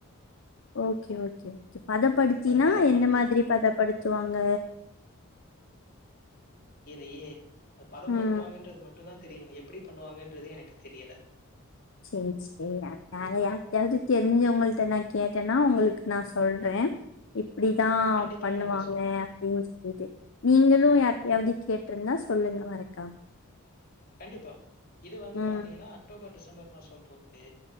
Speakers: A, on the left; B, on the left.
A: ஓகே ஓகே ஓகே பதப்படுத்தினா
B: அதை பதம்
A: எந்த
B: படுத்துவாங்க
A: மாதிரி பதப்படுத்துவாங்க
B: யே அது பதம்
A: ம்
B: படுத் ங்கன்றது மட்டுதா தெரியு எப்டி பண்ணுவாங்கன்றது எனக்கு தெரியல
A: சேரி சேரி வேற யாருடையாவது தெரிஞ்சவங்கள்டிட்ட நா கேட்டேன்னா உங்களுக்கு நா சொல்ற இப் அப்டிதா
B: கண்டிப்பா
A: பண்ணுவாங்க
B: எனக்கு சொல்லுங்க
A: அப்டின்னு சொல்லிட்டு நீங்களும் யார்டையாவது கேட்டு இருந்தா சொல்லுங்க மறக்காம
B: கண்டிப்பா இது வந்து
A: ம்
B: பாத்தீங்கன்னா அக்டோபர் டிசம்பர் மாசம் போட்டு